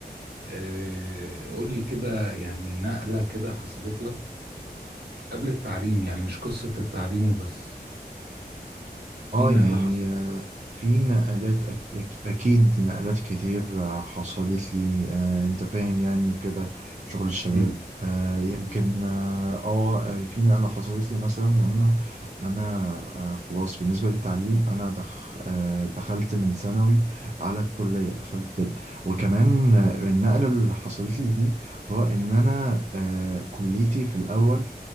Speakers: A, on the right; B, on the right.
A: آه، قول لي كده يعني نقلة كده حصلت لك قبل التعليم يعني مش قصة التعليم وبس في
B: اه
A: نقلة
B: يعني
A: حصلت لك
B: في نقلات أك... أك- أكيد نقلات كتير آه، حصلت لي آه، أنت فاهم يعني وكده شغل الشباب
A: مم.
B: آه، يمكن
A: مم.
B: آه آه، في نقلة حصلت لي مثلا لما أنا آه، خلاص بالنسبة للتعليم أنا دخ... آه، دخلت من ثانوي على الكلية دخلت طب وكمان
A: مم.
B: آه، النقلة اللي حصلت لي دي هو إن أنا آه، كليتي في الأول